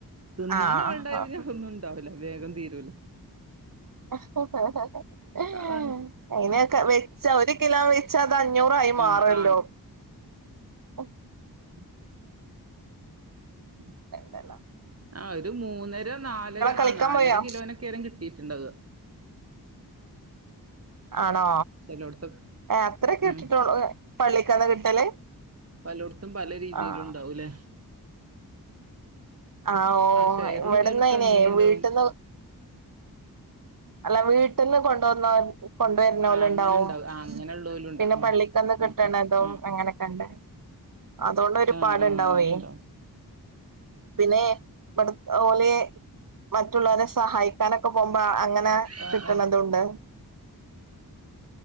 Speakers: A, on the right; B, on the right.
A: തിന്നാനാള്ണ്ടായ
B: ആഹ്
A: പിനെ അത് ഒന്നും ണ്ടാവൂല വേഗം തീരൂലെ
B: ഹ ഹ ഹ ഹ ഹാ
A: ആളാണ്
B: അയ്നൊക്കെ വെച്ച ഒരു കിലോ വെ ത് അഞ്ഞൂറായി മാറല്ലോ
A: ആ ആ
B: ആ
A: ഉം ഉം
B: തെല്ലാം
A: ആ ഒര് മൂന്നര നാലര
B: കളിക്കാൻ
A: ആ നാലര
B: പോയോ
A: കിലോനൊക്കെയരം കിട്ടീട്ട്ണ്ടാവ
B: ആണോ
A: ചെലോടത്തൊക്കെ
B: ഏ അത്രെക്കെ കിട്ടിട്ടാെള്ളൂ
A: ഉം
B: പള്ളിക്കന്ന് കിട്ടല്
A: പലോട് ത്തും പല രീതിയിലുണ്ടാവുലെ
B: ആഹ് ആ ഓ
A: ഷെയർ
B: ഇവിടെന്ന്
A: കൂടിയോൽക്ക്
B: അയ്നെ
A: അങ്ങനിം ഉണ്ടാവും
B: വീട്ട്ന്ന് അല്ല വീട്ട്ന്ന് കൊണ്ടോന്ന കൊണ്ട് വര്ണോല്ണ്ടാവും
A: ആ അങ്ങനെ ഉണ്ടാവും ആ അങ്ങനെ ഉള്ളോലും ഉണ്ടാവും
B: പിന്നെ
A: ഉം
B: പള്ളിക്കെന്ന്
A: ഉം
B: കിട്ട്ണതും
A: ഉം ഉം
B: അങ്ങനെക്കെണ്ട് അതോണ്ടൊര്പാട്ണ്ടാവേ
A: ഉം ആ ആ അങ്ങനെ ഉണ്ടാവും
B: പിന്നെ ബ്ട് ഓല് മറ്റുള്ളോരെ സഹായിക്കാനൊക്കെ പോകുമ്പോ അങ്ങ അങ്ങ
A: ആ
B: കിട്ടണതുണ്ട്
A: ആ